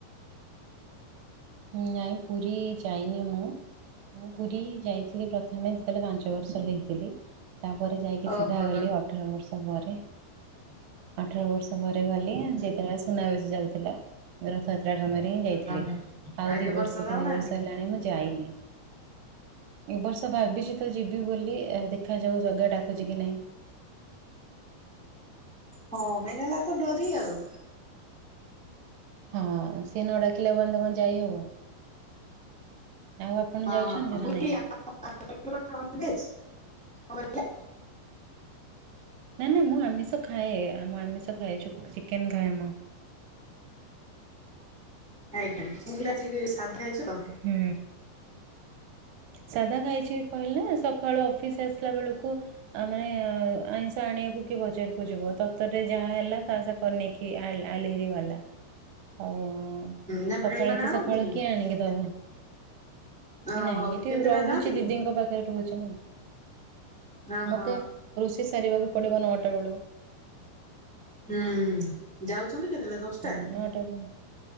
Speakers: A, on the right; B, in the centre.
A: ନାଇଁ ପୁରୀ ଯାଇନି ମୁଁ ମୁଁ ପୁରୀ ଯାଇଥିଲି ପ୍ରଥମେ ସେତେବେଳେ ପାଞ୍ଚ ବର୍ଷ ହେଇଥିଲି ତାପରେ ଯାଇକି
B: ଓହୋ
A: ସିଧା ଗଲି ଅଠର ବର୍ଷ ପରେ ଅଠର ବର୍ଷ ପରେ ଗଲି ଯେତେବେଳେ ସୁନାବେଶ ଚାଲିଥିଲା ରଥଯାତ୍ରାରେ ହିଁ ଯାଇଥିଲଥିଲେ
B: ଆଉ
A: ଆଉ ଦି
B: ଏ
A: ବର୍ଷ
B: ଯାଉନାହାନ୍ତି?
A: ତିନି ବର୍ଷ ହେଲାଣି ମୁଁ ଯାଇନି ଏ ବର୍ଷ ଭାବିଛି ତ ଯିବି ବୋଲି ଏ ଦେ ଦେଖାଯାଉ ଜାଗା ଡାକୁଛି କି ନାଇ?
B: ହଁ ମେନ ହେଲା ତ ଡୋରି ଆଉ।
A: ହଁ ସିଏ ନ ଡାକିଲେ ପଯ୍ୟନ୍ତ କଣ ଯାଇହବ। ଆଉ ଆପଣ
B: ହଁ
A: ଯାଉଛନ୍ତି ନା ନାଇଁ?
B: <inaudible>
A: ନା ନା ମୁଁ ଆମିଷ ଖାଏ ଆମ ଆମିଷ ଖାଏ ଚ ଚିକେନ ଖାଏ ମୁଁ।
B: ଆଜ୍ଞା <unintelligible> ଆଜି ସାଧା ହେଇଛ ତ।
A: ହୁଁ। ସାଧା ଖାଇଛି କହିଲା ନା ସକାଳୁ ଅଫିସ ଆସିଲା ବେଳକୁ ଆ ମାନେ ଆଇଁଷ ଆଣିବାକୁ କି ବଜରକୁ ଯିବ ତରତରେ ଯାହା ହେଲା ତା ସା ତା ନେଇକି ଆଇ ଆଇଲେହେରି ଭଲ। ଆଉ ହୁଁ
B: ନା
A: ସକାଳୁ
B: ଭାଇ ମାନେ
A: ଏତେ
B: ଆଣନ୍ତିନି
A: ସକାଳୁ କିଏ ଆଣିକି ଦବ
B: ଓହୋ
A: ନାଇଁ ଏଠି
B: କେତେଟା
A: ରହୁଛି
B: ଯାଆନ୍ତି କି?
A: ଦିଦିଙ୍କ ପାଖରେ ରହୁଛି ନା।
B: ଓହୋ
A: ମତେ ରୋଷେଇ ସାରିବାକୁ ପଡିବ ନଅଟା ବେଳୁ।
B: ହୁଁ ଯାଉଛନ୍ତି କେତେବେଳେ ଦଶଟା?
A: ହଁ ନଅଟା କୁ-